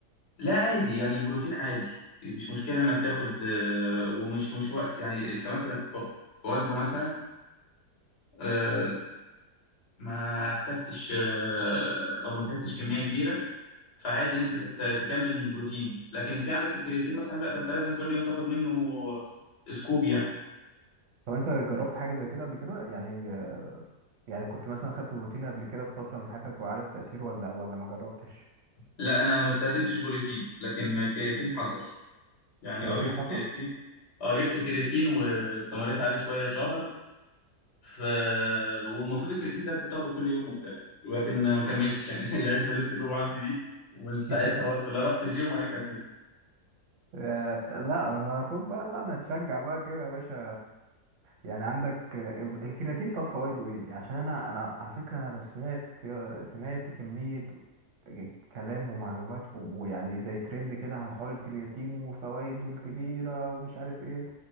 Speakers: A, on the left (about 45°); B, on the right (about 60°).
A: لا عادي يعني البروتين عادي مش مشكلة إنك تاخد آه، ومش مش وقت يعني أنت مثلا في في وجبة مثلا آه، ما احتجتش آه، أو ما اكلتش كمية كبيرة فعادي إن أنت تحت تكمل من البروتين لكن في عندك الكرياتين مثلا لا ده أنت لازم كل يوم تاخد منه سكوب يعني
B: طب انت جربت حاجه زي كده قبل كده يعني آه، يعني كنت مثلا خدت بروتين قبل كده في فتره من حياتك وعارف تاثيره ولا ولا ما جربتش
A: لا أنا ما استخدمتش بروتين لكن كرياتين حصل يعني
B: كرياتين
A: أه جبت
B: حصل
A: كرياتين أه جبت كرياتين واستمريت عليه شوية شهر ف والمفروض الكرياتين ده انت بتاخده كل يوم وبتاع لكن ما كملتش يعني <laughs> العلبه لسه جوه عندي دي ومن ساعتها
B: <laughs>
A: برضه لا رحت الجيم ولا كملت
B: آه، لا المفروض بقى لا انا اتشجع بقى كده يا باشا يعني عندك آه، الكرياتين طب فوائده ايه عشان انا انا على فكره انا سمعت سمعت كميه كلام ومعلومات و- ويعني زي ترند كده على حوار الكرياتين وفوائده الكبيره ومش عارف ايه